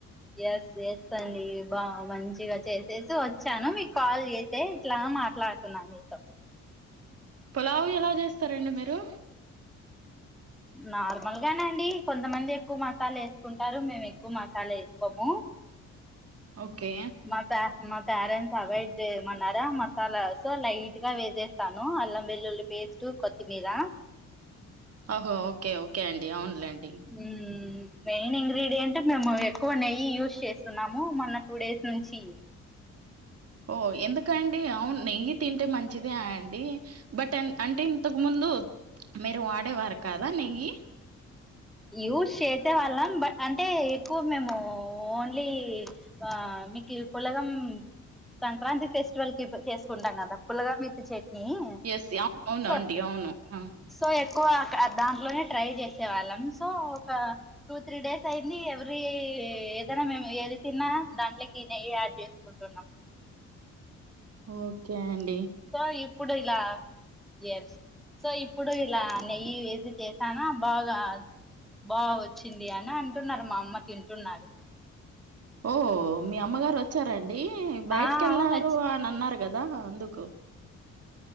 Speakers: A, in the centre; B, on the right (about 50°).
A: ఎస్ ఎస్ అండి బా మంచిగా చేసేసి వచ్చాను. మీకు కాల్ చేసే ఇట్లా. మాట్లాడుతున్నా మీతో.
B: పులావు ఎలా చేస్తారండి మీరు?
A: నార్మల్ గానే అండి కొంతమంది ఎక్కువ, మసాలా వేసుకుంట్ కుంటారు మేము ఎక్కువ మసాలా ఏసుకోము
B: ఓకే
A: మా పేర్ మా పేరెంట్స్ అవాయిడ్ చేయమంట్ న్నారా మసాలా లైట్ గా వేసేస్తాను. అల్లం వెల్లుల్లి పేస్ట్ కొత్తిమీర.
B: ఓహో ఓకే ఓకే అండి అవునులేండి
A: ఉమ్ మెయిన్ ఇంగ్రీడియంట్, మేము ఎక్కువ నెయ్యి యూజ్ చేస్తున్నాము, మొన్న టు డేస్ నుంచి.
B: ఓ ఎందుకండి అవును నెయ్యి తింటే మంచిదే, అండి బట్ అంటే ఇంతకు ముంద్ ముందు మీరు వాడే వరు కాదా నెయ్యి
A: యూస్ చేసే వాళ్ళం బట్ అంటే ఎక్కువ మేము ఓన్లీ, బా ఆ మీకు పులగం సంక్రాంతి ఫెస్టివల్ కి చేసుకుంటా కదా పులుగ విత్ నియ్య
B: యెస్. అవును. అవునండి.
A: సో
B: అవును. ఆ!
A: సో ఎక్కువ దాంట్లోనే ట్రై చేస్ వాళ్ళం సో ఒక టు, త్రీ డేస్ అయింది. ఎవ్రీ ఏదైనా మేము ఏది తిన్నా. దాంట్లోకి నెయ్యి యాడ్ చేసుకుంటున్నాం
B: ఓకే అండ్
A: సో ఇప్పుడు ఇలా ఎస్ సో ఇప్ ఇప్పుడు ఇలా నెయ్యి వేసి చేశానా బాగా బాగో వచ్చింది అని అని అంటున్నారు మా అమ్మ తింటున్నారు.
B: ఓ మీ అమ్మగారు వచ్చారండ్ అండి బయటికి
A: ఆ
B: వెళ్ళారు
A: అవును వచ్చి
B: అని అన్నారు కదా అందుకు